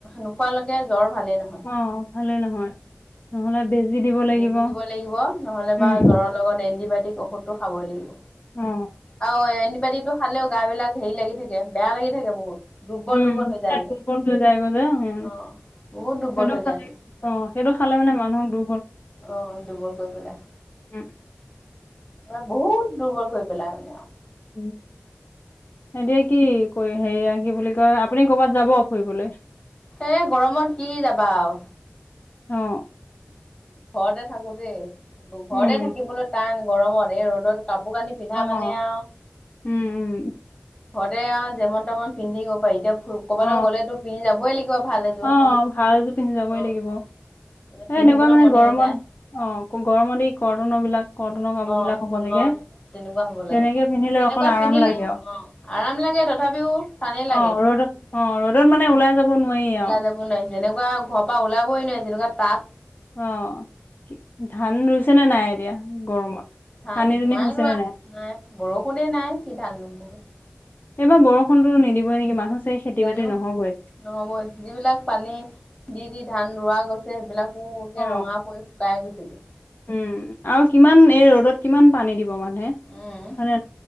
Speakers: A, on the left (about 25°); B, on the left (about 50°).
A: নোখোৱালৈকে জ্বৰ ভালে নহয়।
B: অ' ভালেই নহয়। নহ'লে বেজি দিব লাগিব
A: বেজি দিব লাগিব নহ'লে
B: উম
A: বা জ্বৰৰ লগত এন্টিবায়টিক ঔষধটো খাবই লাগিব।
B: অ
A: আৰু এণ্টিবায়টিকটো খালেও গাবিলাক হেৰি লাগি থাকে, বেয়া লাগি থাকে বহুত। দুৰ্বল
B: উম
A: দুৰ্বল হৈ যায়গৈ।
B: তাত দুৰ্বল হৈ যায়গৈ যে উম
A: অ বহুত দুৰ্বল
B: সেইটো
A: হৈ
B: খালে
A: যায়গৈ।
B: অ সেইটো খালে মানে মানুহক দু
A: আহ দুৰ্বল কৰি পেলাই।
B: উম
A: অ বহুত দুৰ্বল কৰি পেলাই মানে আৰু।
B: উম। এতিয়া কি কৰি হেৰিয়া কি বুলি কয় আপুনি ক'বাত যাব ফুৰিবলৈ?
A: এ গৰমত কি যাবা আৰু।
B: অ'।
A: ঘৰতে থাকো থে ঘৰতে
B: উম
A: থাকিবলৈ টান গৰমত এই ৰ'দত কাপোৰ-কানি পিন্ধা মানে
B: অ
A: আৰু
B: উম উম
A: ঘৰতে আৰু যেমন-তেমন পিন্ধ থাকিব পাৰি। এতিয়া ক'বাল
B: অ
A: গলেতো পিন্ধি যাবই লাগিব। ভাল এযোৰ
B: অ
A: সেইযোৰ।
B: ভাল জোৰ পিন্ধি যাবই
A: অ'
B: লাগিব। এ
A: পিন্ধিবলৈ
B: এনেকুৱা মানে
A: মনে
B: গৰমত
A: নাযায়।
B: অ গৰমত মানে কটনৰবিলাক কটনৰ কাপোৰবিলাক
A: অ',
B: হ'ব লাগে,
A: অ', তেনেকুৱা হ'ব লাগে।
B: তেনেকে পিন্ধিলে
A: তেনেকুৱা
B: অকন আৰাম
A: পিন্ধিলেও
B: লাগে আৰু।
A: অ', আৰাম লাগে তথাপিও টানেই লাগে
B: অ ৰ'দত অহ ৰ'দত মানে ওলাই যাব নোৱাৰি
A: ওলাই
B: অহ।
A: যাব যেনেকুৱা ঘৰ পৰা ওলাবই নোৱাৰি যেনেকা তাপ।
B: অ কি ধান ৰুইছে নে নাই এতিয়া গৰমত?
A: ধান
B: পানী দুনি
A: নাই
B: হৈছে
A: ৰোৱা
B: নে
A: নাই, বৰষুণে নাই কি ধান ৰুম বুলো।
B: এইবাৰ বৰষুণটো নিদিবই নেকি মানুহ চাগে খেতি
A: জানো
B: বাতি নহ'বই।
A: নহ'বই যিবিলাক পানী দি দি ধান ৰোৱা গৈছ সেইবিলাকো
B: অ'
A: ৰঙা পৰি শুকাই গৈছেগৈ।
B: উম, আৰু কিমান এই ৰ'দত কিমান পানী দিব মানুহে।
A: উম,
B: হয় নে,